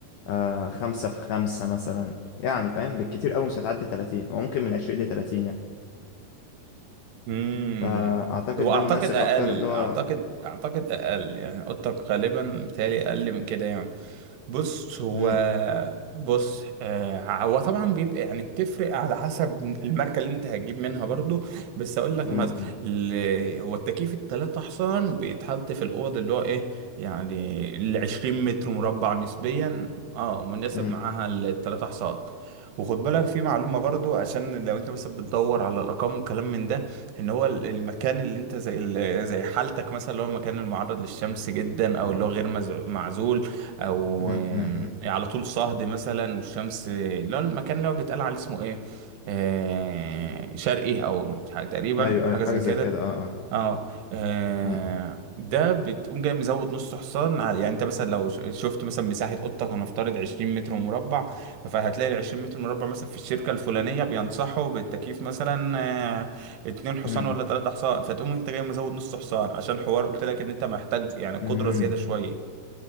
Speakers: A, on the left; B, on the right.
A: آه، خمسة في خمسة مثلا يعني فاهم بالكتير أوي مش هتعدي 30 هو ممكن من 20 ل 30 يعني
B: امم
A: فأعتقد
B: هو
A: ده
B: اعتقد
A: مناسب
B: اقل
A: أكتر اللي هو
B: اعتقد اعتقد اقل يعني اوضتك غالبا بتهيألي اقل من كده يعني بص هو
A: مم،
B: بص آه، هو طبعا بيبقى يعني بتفرق على حسب الماركه اللي انت هتجيب منها برضو بس اقول لك
A: مم،
B: مثلا
A: مم،
B: ال- هو التكييف التلاتة احسن بيتحط في الاوض اللي هو ايه يعني ال 20 متر مربع نسبيا اه مناسب
A: مم،
B: معاها التلاتة حصان وخد بالك في معلومه برضو عشان لو انت مثلا بتدور على الارقام وكلام من ده ان هو ال- المكان اللي انت زي ال- زي حالتك مثلا اللي هو المكان المعرض للشمس جدا او اللي هو غير مز- معزول او
A: مم،
B: آم،
A: مم، مم،
B: على طول صهد مثلا والشمس اللي هو المكان اللي هو بيتقال عليه اسمه ايه آه، شرقي او مش عارف- تقريبا
A: ايوه ايوه
B: حاجه
A: حاجه
B: زي
A: زي
B: كده
A: كده اه اه
B: اه آه،
A: أمم،
B: ده بتقوم جاي مزود نص حصان على يعني انت مثلا لو ش- شفت مثلا مساحة اوضتك هنفترض 20 متر مربع فهتلاقي ال 20 متر مربع مثلا في الشركة الفلانية بينصحوا بالتكييف مثلا آه، اتنين حصان
A: أمم،
B: ولا تلاتة حصان فتقوم انت جاي مزود نص حصان عشان حوار قلت لك ان انت محتاج يعني قدرة
A: أمم.
B: زيادة شوية